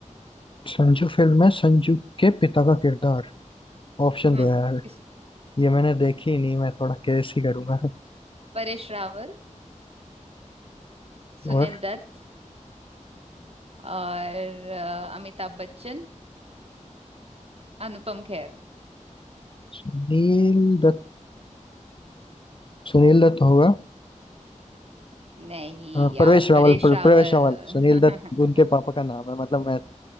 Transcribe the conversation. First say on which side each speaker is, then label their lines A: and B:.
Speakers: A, on the left; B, on the right.
A: संजू फिल्म में संजू के पिता का किरदार ऑप्शन
B: हम्म
A: दो यार
B: किस
A: ये मैंने देखी ही नहीं मैं थोड़ा कैसे ही करूंगा
B: परेश रावल सुनील
A: और
B: दत्त और अ, अमिताभ बच्चन अनुपम खेर
A: सुनील दत्त सुनील दत्त होगा
B: नहीं
A: हाँ,
B: यार
A: प्रवेश रावल
B: परेश
A: प्र,
B: रावल
A: प्रवेश रावल सुनील दत्त उनके पापा
B: <laughs>
A: का नाम है मतलब मैं